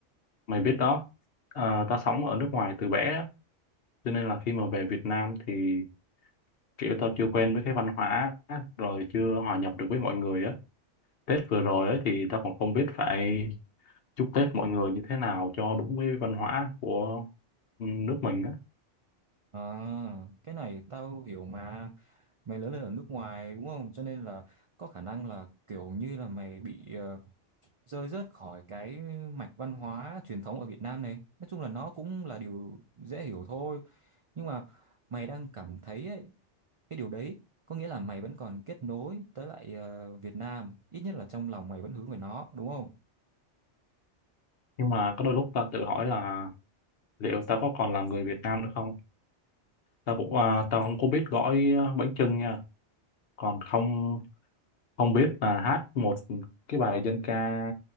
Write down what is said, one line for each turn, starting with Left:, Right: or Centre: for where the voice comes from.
Left: Mày biết đó, à, tao sống ở nước ngoài từ bé, á, cho nên là khi mà về Việt Nam thì kiểu tao chưa quen với cái văn hóa, á, rồi chưa hòa nhập được với mọi người á. Tết vừa rồi ấy thì tao còn không biết phải chúc Tết mọi người như thế nào cho đúng với văn hóa của ừ, nước mình á.
Right: à, cái này tao hiểu mà mày lớn lên ở nước ngoài đúng không cho nên là có khả năng là kiểu như là mày bị ờ, rơi rớt khỏi cái mạch văn hóa truyền thống ở Việt Nam này nói chung là nó cũng là điều dễ hiểu thôi nhưng mà mày đang cảm thấy ấy, cái điều đấy có nghĩa là mày vẫn còn kết nối tới lại ờ, Việt Nam ít nhất là trong lòng mày vẫn hướng về nó đúng không
Left: Nhưng mà có đôi lúc tao tự hỏi là liệu tao có còn là người Việt Nam nữa không tao cũng à, tao không có biết gõi à, bánh chưng nha còn không không biết là hát một cái bài dân ca